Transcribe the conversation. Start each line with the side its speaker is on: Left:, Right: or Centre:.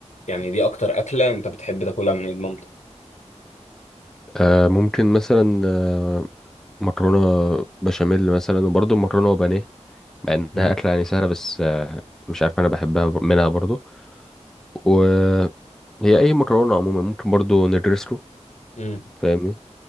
Left: يعني دي أكتر أكلة أنت بتحب تاكلها من إيد مامتك
Centre: أه ممكن مثلا أه مكرونة بشاميل مثلا وبرضو مكرونة وبانيه مع إنها
Left: مم.
Centre: أكلة يعني سهلة بس أه مش عارف أنا بحبها بر- منها برضو و هي اي مكرونه عموما ممكن برضو ندرسه
Left: مم.
Centre: فاهمني